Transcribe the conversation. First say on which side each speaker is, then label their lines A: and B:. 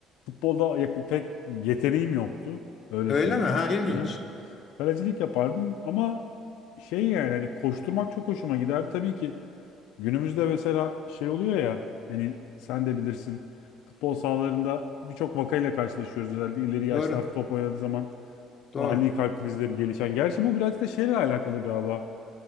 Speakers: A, on the left (about 85°); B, on the left (about 35°).
A: futbolda yakın, pek yeteneğim yoktu. Öyle
B: Öyle
A: söyleyeyim.
B: mi? Ha ilginç.
A: Hı hı. Kalecilik yapardım ama şey yani hani koşturmak çok hoşuma gider. Tabii ki Günümüzde mesela şey oluyor ya hani sen de bilirsin futbol sahalarında birçok vakayla karşılaşıyoruz özellikle ileri yaşlar
B: Doğru.
A: top oynadığı zaman
B: Doğru.
A: ani kalp krizleri gelişen. Gerçi bu biraz da şeyle alakalı galiba.